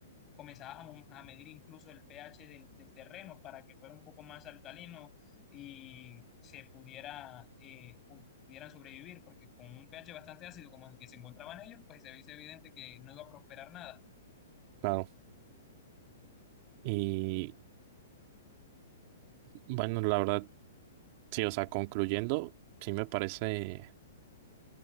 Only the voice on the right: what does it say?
Claro. Y Bueno, la verdad, sí, o sea, concluyendo, sí me parece,